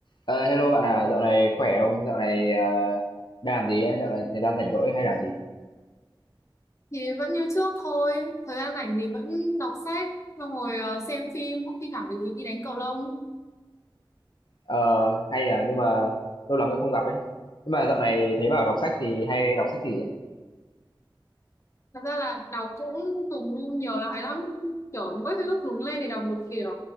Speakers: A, on the left (about 65°); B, on the left (about 35°).
A: Ờ, hello bạn à, dạo này khỏe không? Dạo này ờ, đang làm gì ấy? Dạo này thời gian rảnh rỗi hay làm gì?
B: thì vẫn như trước thôi thời gian rảnh thì vẫn đọc sách xong rồi ờ, xem phim thi thoảng thì đi đánh cầu lông
A: Ờ, hay là nhưng mà lâu lắm rồi không gặp ấy. Nhưng mà dạo này thấy bảo đọc sách thì hay đọc sách gì ấy?
B: thật ra là đọc cũng dùng nhiều loại lắm kiểu mỗi cái lúc hứng lên thì đọc một kiểu